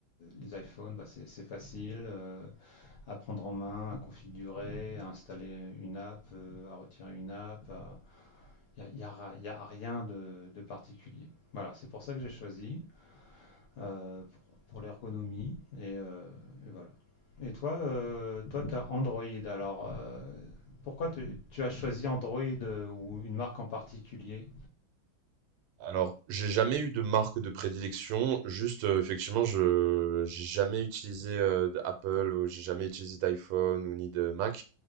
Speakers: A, on the left; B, on the right.
A: les iPhones, bah, c'est, c'est facile euh, à prendre en main, à configurer, à installer une app, euh, à retirer une app. Il n'y a, y a y a rien de, de particulier. Voilà, c'est pour ça que j'ai choisi. euh, pour, pour l'ergonomie. Et, euh, et voilà. Et toi, euh, toi, tu as Android. Alors, euh, pourquoi tu, tu as choisi Android euh, ou une marque en particulier?
B: Alors, j'ai jamais eu de marque de prédilection, juste euh, effectivement, je j'ai jamais utilisé euh, d'Apple, ou j'ai jamais utilisé d'iPhone ou ni de Mac.